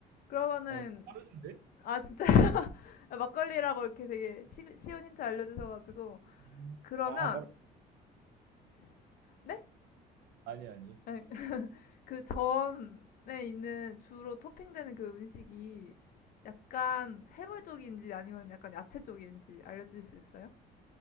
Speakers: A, on the left; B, on the right.
A: 그러면은,
B: 어, 빠르신데?
A: 아, 진짜, <laughs> 막걸리라고 이렇게 되게 쉬, 쉬운 힌트 알려주셔가지고.
B: 음,
A: 그러면,
B: 아, 바로
A: 네?
B: 아니, 아니에요.
A: 네. <laughs> 그 전에 있는 주로 토핑되는 그 음식이 약간 해물 쪽인지 아니면 약간 야채 쪽인지 알려주실 수 있어요?